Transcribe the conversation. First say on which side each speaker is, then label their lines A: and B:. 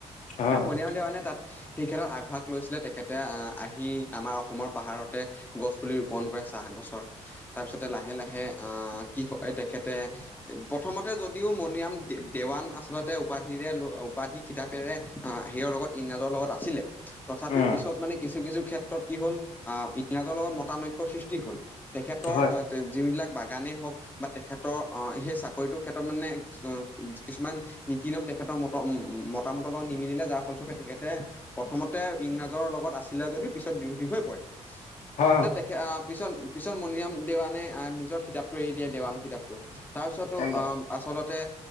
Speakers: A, on the left; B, on the left.
A: হয়
B: হা
A: হয়
B: মনৰাম দেৱানে তাত সেই ক্ষেত্ৰত আগভাগ লৈছিলে তেখেতে আহ আহি আমাৰ অসমৰ পাহাৰতে গছ পুলি ৰোপন কৰে চাহ গছৰ তাৰপিছতে লাহে লাহে আহ কি হয় তেখেত তে প্ৰথমতে যদিও মণিৰাম দে দেৱান আচল্ততে উপাধিৰে উপাধি খিতাপেৰে সেইৰ লগত ইংৰাজৰ লগত আছিলে তথাপিও
A: উম
B: পিছত মানে কিছু কিছু ক্ষেত্ৰত কি হ'ল আহ ইংৰাজৰ লগত মতানৈক্যয়ৰ সৃষ্টি হল। তেখেতৰ
A: হয়
B: যিবিলাক বাগানেই হওক বা তেখেত সেই চাকৰিটোৰ ক্ষেত্ৰত মানে কিছুমান নীতি নিয়ম তেখেতৰ মত উ মতামতৰ লগত নিমিলে যাৰ ফলসকে তেখেতে প্ৰথমতে ইংৰাজৰ লগত আছিলে যদিও পিছত বিৰোধী হৈ পৰে।
A: হয় হয়
B: এয়া তেখেত আহ পিছত পিছত মনিৰাম দেৱানে আহ নিজৰ কিতাপটো এৰি দিয়ে দেৱানৰ কিতাপটো। তাৰপিছতো
A: একদম
B: আচলতে